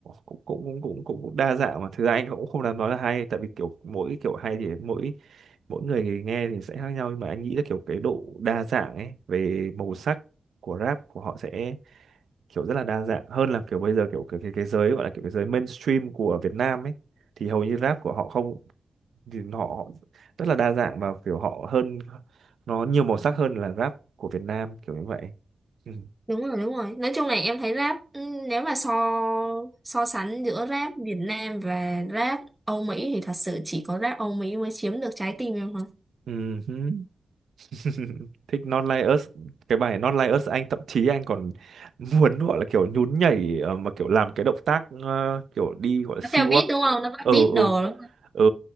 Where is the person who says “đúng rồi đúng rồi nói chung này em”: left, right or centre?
Centre